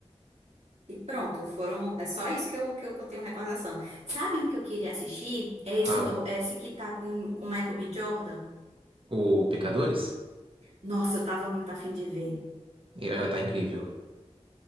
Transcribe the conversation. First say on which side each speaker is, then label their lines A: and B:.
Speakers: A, on the right; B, on the right.
A: E pronto, foram. É só isso que eu, que eu tenho recordação. Sabe um que eu queria assistir? É esse,
B: Fala.
A: no, é esse que tá com, com Michael B. Jordan.
B: O Pecadores?
A: Nossa, eu tava muito afim de ver.
B: É, é, tá incrível.